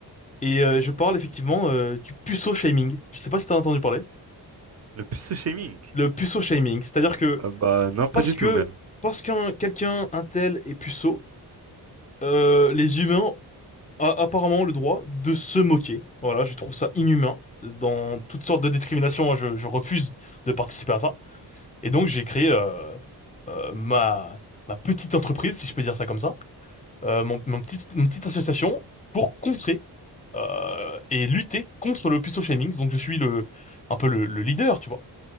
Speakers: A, on the left; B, on the right.
A: Et euh, je parle effectivement euh, du puceau shaming. Je sais pas si t'as entendu parler.
B: Le pseudo-shaming.
A: Le puceau shaming, c'est-à-dire que
B: Euh, bah non, pas
A: parce
B: du
A: que
B: tout même.
A: parce qu'un quelqu'un un tel est puceau euh, les humains a apparemment le droit de se moquer. Voilà, je trouve ça inhumain. Dans toutes sortes de discriminations, je, je refuse de participer à ça. Et donc, j'ai créé euh, euh, ma, ma petite entreprise, si je peux dire ça comme ça, euh, mon, mon petit, une petite association pour contrer euh, et lutter contre le puceau shaming. Donc, je suis le, un peu le, le leader, tu vois.